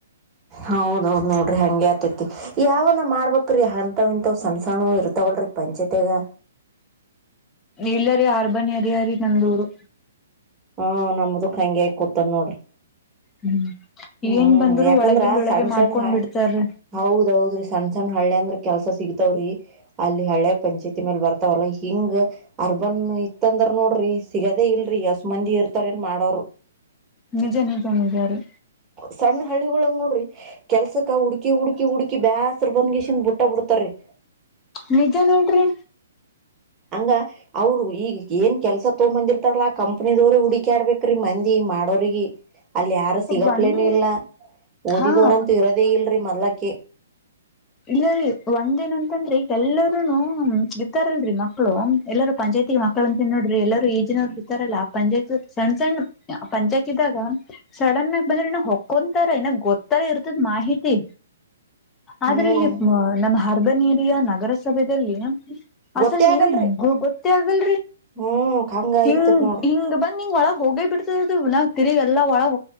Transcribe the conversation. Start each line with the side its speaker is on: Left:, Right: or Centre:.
Right: ಹೌದೌದು ನೋಡ್ರಿ ಹಂಗಗೆ ಆತೈತಿ ಯಾವ ನ ಮಾಡ್ಬ ಅಂತಾವ್ ಇಂತವ್ ಸಣ್ಣಸಣ ಇದ್ದವಲ್ಲ ಪಂಚಾಯತ್ರಿಯ
Left: ಇಲ್ಲರಿೀ ಆರ್ಬನ್ ಏರಿಯ ರೀ ನಂದೂರು
Right: ಹ ನಮದಕ್ ಹಂಗೆ ಆಕೂತನ್ ನೋಡ್ರಿ
Left: ಹ್ಮ್
Right: ಹ್ಮ್
Left: ಏನ್ ಬಂದ್ರು
Right: ಯಾಕಂದ್ರ
Left: ಒಳಗಿಂದ ಒಳಗೆ
Right: ಸಣ್ಣ
Left: ಮಾಡ್ಕೊಂಡ್
Right: ಸಣ್ಣ ಹ
Left: ಬಿಡ್ತಾರೀ
Right: ಹೌದೌದ್ರಿ ಸಣ್ಣ ಸಣ್ಣ ಹಳ್ಳಿ ಅಂದ್ರ ಕೆಲ್ಸ ಸಿಗತಾವ್ರಿ ಅಲ್ಲಿ ಹಳೆ ಪಂಚಾಯತಿ ಮೇಲ್ ಬರ್ತಾವಲ್ಲ ಹಿಂಗ್ ಅರ್ಬನ್ ಇತ್ತಂದ ನೋಡ್ರಿ ಸಿಗದೇ ಇಲ್ರರಿ ಯಸ ಮಂದಿ ಇರ್ತಾರ ಏನ್ ಮಾಡೋರು
Left: ನಿಜ ನಿಜ ನಿಜಾರಿ
Right: ಸಣ್ಣ ಹಳ್ಳಿಗಳ ನೋಡ್ರಿ ಕೆಲ್ಸಕ್ಕ ಹುಡ್ಕಿ ಹುಡ್ಕಿ ಹುಡುಕಿ ಬ್ಯಾಸರು ಬಂದ್ಗಸನ್ ಬುಟ್ಟ ಬಿಡ್ತ ಪತ್ತ
Left: ನಿಜ ನೋಡ್ರಿ
Right: ಹಂಗ ಅವರು ಈಗ ಏನ್ ಕೆಲ್ಸ ತಗೊಂಬಂದಿರ್ತಾರಲ್ಲಾ ಕಂಪ್ನ ದವ್ರ ಹುಡಕ ಆಡ್ಬೇಕ್ರೀ ಮಂದಿ ಮಾಡೋರಿಗೆ ಅಲ್ಲಿ ಯಾರು ಸಿಗಪ್ಲೇನ
Left: ಒಂದ್
Right: ಇಲ್ಲ ಓದಿದವರಂತೂ
Left: ಹಾ
Right: ಇರೋದೇ ಇಲ್ರಿ ಮೊದ್ಲಕ್ಕ
Left: ಇಲ್ಲೀ ಒಂದ ಏನಂತಂದ್ರಿ ಎಲ್ಲರೂನು್ ಇರ್ತಾರಲ್ರರಿ ಮಕ್ಕಳು ಎಲ್ಲರೂ ಪಂಚಾಯತಿ ಮಕ್ಕಳ ಅಂತ ನೋಡ್ರಿ ಎಲ್ಲರೂ ಈಜಿನವ್ರು ಇರ್ತಾರಲ್ಲ ಆ ಪಂಚಾಯತ್ ಸಣ್ಣ ಸಣ್ಣ ಪಂಚಾಯತ್ ಇದ್ದಾಗ ಸಡನ್ ಆಗಿ ಬಂದ್ರೆ ಇ ಹೊಕೊಂತಾರ ಇನ್ನಾಗ ಗೊತ್ತಲ್ಲ ಇರ್ತದ ಮಾಹಿತಿ ಆದ್ರೆ
Right: ಹ್ಮ್
Left: ಇಲ್ಲಿ ನಮ್ಮ ಹರ್ಬನೇರಿಯ ನಗರಸಭೆೆಯಲ್ಲಿ ನ
Right: ಗೊತ್ತೇ
Left: ಅಸಲ್
Right: ಆಗಲ್ರಿ
Left: ಇರ ಗೊತ್ತೇ ಆಗಲ್ರಿ
Right: ಹ್ಮ್ ಹಂಗ
Left: ಹಿಂಗ್
Right: ಇರ್ತತ್ ನೋಡ್ರಿ
Left: ಹಿಂಗ್ ಬಂದ್ ನಿ್ ಒಳಗ್ ಹೋಗೇ ಬಿಡ್ತರ್ವ ನ ತಿರ್ಗ್ ಎಲ್ಲಾ ಒಳಗ